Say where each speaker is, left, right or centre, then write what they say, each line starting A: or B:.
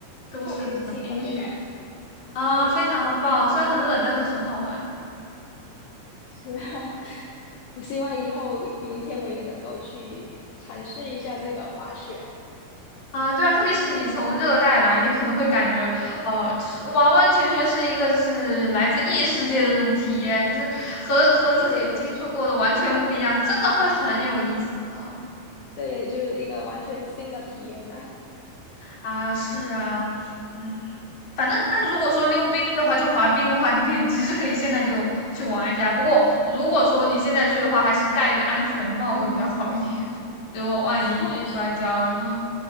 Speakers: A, on the left; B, on the left.
A: 都是这个冰雪
B: <laughs> 特别有气氛，对吧？
A: 啊，
B: 嗯，
A: 非常的棒。虽然很冷，但是很好玩。
B: 是啊，<laughs> 我希望以后有一天我也能够去尝试一下这个滑雪。
A: 啊，对啊，特别是你从热带来，你可能会感觉，哦、就是完完全全是一个就是来自异世界的那种体验，就是和和自己接触过的完全不一样，
B: 对对对，
A: 真的会很有意思的
B: 对，就是一个完全新的体验嘛。
A: 啊，是啊，嗯，反正但如果说溜冰的话，就滑冰的话，你可以其实可以现在就去玩一下，不过如果说你现在去的话，还是戴一个安全帽会比较好一点，<laughs> 如果万一一摔跤，
B: <laughs>
A: 然后